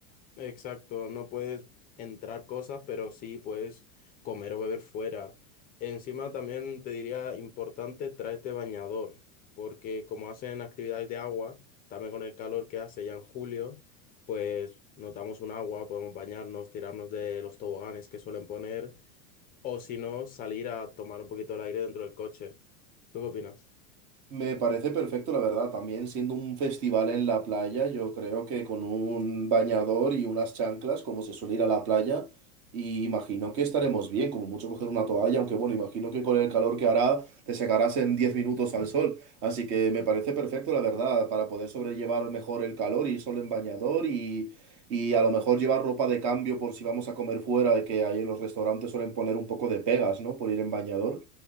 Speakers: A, on the left; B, on the right.
A: Exacto, no puedes entrar cosas, pero sí puedes comer o beber fuera. Encima también te diría importante, tráete bañador, porque como hacen actividades de agua, también con el calor que hace ya en julio, pues nos damos un agua, podemos bañarnos, tirarnos de los toboganes que suelen poner, o si no, salir a tomar un poquito el aire dentro del coche. ¿Tú qué opinas?
B: Me parece perfecto, la verdad. También siendo un festival en la playa, yo creo que con un bañador y unas chanclas, como se suele ir a la playa, y imagino que estaremos bien, como mucho coger una toalla, aunque bueno, imagino que con el calor que hará te secarás en 10 minutos al sol. Así que me parece perfecto, la verdad, para poder sobrellevar mejor el calor, ir solo en bañador y, y a lo mejor llevar ropa de cambio por si vamos a comer fuera, que ahí en los restaurantes suelen poner un poco de pegas, ¿no? Por ir en bañador